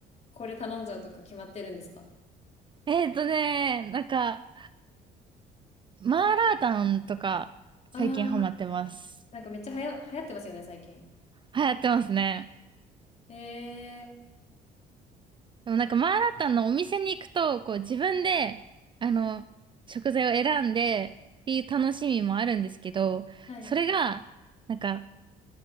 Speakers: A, on the left; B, on the right.
A: これ頼んじゃうとか決まってるんですか
B: えーとね、なんか、マーラータンとか最近ハマってます。
A: ああー、なんかめっちゃはや、流行ってますよね、最近。
B: 流行ってますね。
A: えー、
B: でもなんかマーラータンのお店に行くと、こう自分で、あの、食材を選んでっていう楽しみもあるんですけど、
A: はい。
B: それが、なんか、